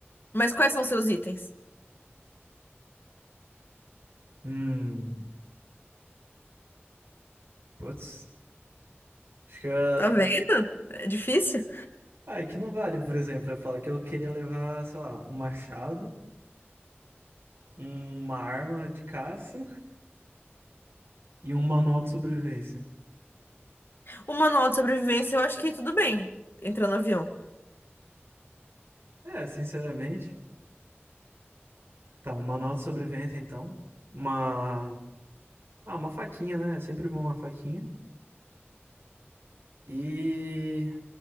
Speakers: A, on the left; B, on the right.
A: Mas quais são seus itens?
B: Hum, putz. Acho que eu,
A: Tá vendo? É difícil.
B: Ah, é que não vale, por exemplo, eu falar que eu queria levar, sei lá, um machado, uma arma de caça e um manual de sobrevivência.
A: O manual de sobrevivência, eu acho que tudo bem. Entrar no avião.
B: É, sinceramente. Tá, um manual de sobrevivência, então. Uma. Ah, uma faquinha, né? É sempre bom uma faquinha. E.